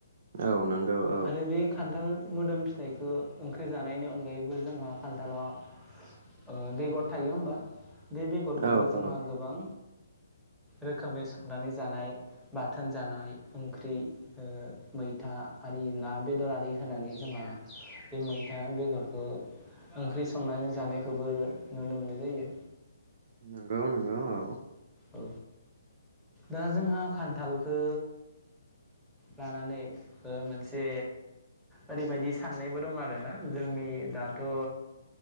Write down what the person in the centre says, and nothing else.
आरो बे खान्थाल मोदोम फिथाइखौ ओंख्रि जानायनि अनगायैबो जोंहा खान्थाला ओ बेगर थायो होमबा बे बेगरखौबो
जोंहा
गोबां रोखोमै संनानै जानाय बाथोन जानाय ओंख्रि ओ मै था आरि ना बेदर आरि होनानै जोंहा बे मैथा बेगरखौ ओंख्रि संनानै जानायखौबो नुनो मोननाय जायो।
औ दा जोंहा खान्थालखो लानानै ओ मोनसे ओरैबायदि साननायबो दं आरोना जोंनि दाथ'